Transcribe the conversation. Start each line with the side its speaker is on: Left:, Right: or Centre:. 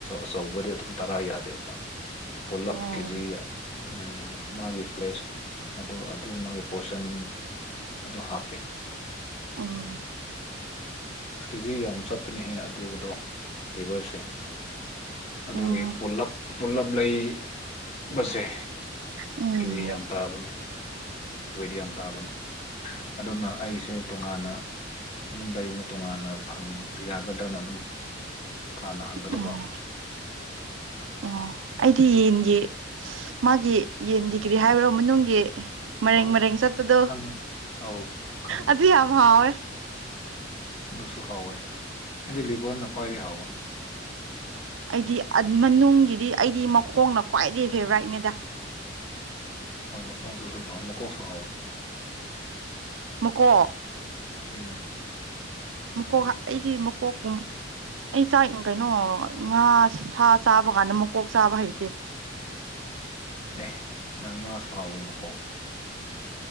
Left: ꯑꯆꯧꯕꯗꯤ ꯑꯗꯨꯝ ꯇꯔꯥ ꯌꯥꯗꯦꯕ ꯄꯨꯜꯂꯞ
Right: ꯑꯣ
Left: ꯀꯖꯤ ꯎꯝ ꯃꯥꯒꯤ ꯐ꯭ꯂꯦꯁ ꯑꯗꯨ ꯑꯗꯨ ꯃꯥꯒꯤ ꯄꯣꯔꯁꯟ ꯑꯗꯨ ꯍꯥꯞꯄꯤꯦ
Right: ꯑ
Left: ꯀꯦꯖꯤ ꯌꯥꯝ ꯆꯠꯄꯅꯤꯍꯦ ꯑꯗꯨꯗꯣ ꯇꯦꯕꯔꯁꯦ ꯑꯗꯨꯒꯤ
Right: ꯑꯣ
Left: ꯄꯨꯂꯞ ꯄꯨꯜꯂꯞ ꯂꯩꯕꯁꯦ
Right: ꯎꯝ
Left: ꯀꯦꯖꯤ ꯌꯥꯝ ꯇꯥꯕꯅꯦ ꯋꯦꯠ ꯌꯥꯝ ꯇꯥꯕꯅꯤ ꯑꯗꯨꯅ ꯑꯩꯁꯦ ꯇꯣꯉꯥꯟꯅ ꯑꯗꯨꯝ ꯂꯩꯕꯅꯦ ꯇꯣꯉꯥꯟꯅ ꯐꯪ ꯌꯥꯒꯗ꯭ꯔꯅ ꯑꯗꯨꯝ ꯍꯥꯅ ꯍꯪꯒꯗꯕ
Right: ꯑꯣ ꯑꯣ ꯑꯩꯗꯤ ꯌꯦꯟꯒꯤ ꯃꯥꯒꯤ ꯌꯦꯟꯒꯤ ꯀꯔꯤ ꯍꯥꯏꯕ꯭ꯔꯣ ꯃꯅꯨꯡꯒꯤ ꯃꯦꯡ
Left: ꯑꯣ
Right: ꯃꯔꯦꯡ ꯆꯠꯄꯗꯣ
Left: ꯈꯪꯉꯦ ꯑꯧ ꯈꯪꯉꯦ
Right: ꯑꯗꯨ ꯌꯥꯝ ꯍꯥꯎꯋꯦ
Left: ꯑꯗꯨꯗꯨꯁꯨꯨꯍꯥꯎ ꯑꯣꯏ ꯍꯣꯏ ꯑꯗꯤ ꯂꯤꯕꯔ ꯅꯀꯋꯥꯏꯔꯤ ꯍꯥꯎ ꯑꯣꯏ
Right: ꯑꯩꯗꯤ ꯃꯅꯨꯡꯒꯤꯗꯤ ꯑꯩꯗꯤ ꯃꯈꯣꯡꯅ ꯈ꯭ꯋꯥꯏꯗꯒꯤꯩ ꯐꯦꯚꯔꯥꯏꯠꯅꯦꯗ
Left: ꯍꯣꯏ ꯃꯈꯀꯣꯡꯁꯨ ꯑꯗꯨꯝ ꯍꯥꯎꯋꯏ ꯃꯈꯀꯣꯡꯁꯨ ꯍꯥꯎꯋꯏ
Right: ꯃꯨꯀꯣ
Left: ꯎꯝ
Right: ꯃꯀꯣꯛ ꯍꯥ ꯑꯩꯗꯤ ꯃꯀꯣꯛꯀꯨꯝ ꯑꯩ ꯆꯥꯛ ꯎꯝ ꯀꯩꯅꯣ ꯉꯥ ꯁꯥ ꯆꯥꯕ ꯀꯥꯟꯗ ꯃꯀꯣꯛ ꯆꯥꯕ ꯍꯩꯇꯦ
Left: ꯑꯦ ꯅꯪ ꯉꯥ ꯁꯥꯎꯋꯦ ꯃꯀꯣꯛ